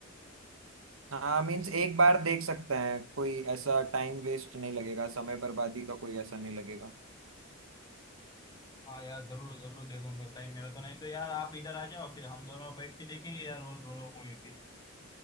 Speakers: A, on the right; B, on the left.
A: हाँ मीन्स एक बार देख सकते हैं कोई ऐसा टाइम वेस्ट नहीं लगेगा समय बर्बादी का कोई ऐसा नहीं लगेगा
B: हाँ यार जरूर जरूर देखूंगा टाइम मेरा तो नहीं तो यार आप इधर आ जाओ फिर हम दोनों बैठ के देखेंगे यार वो दोनों मूवी फिर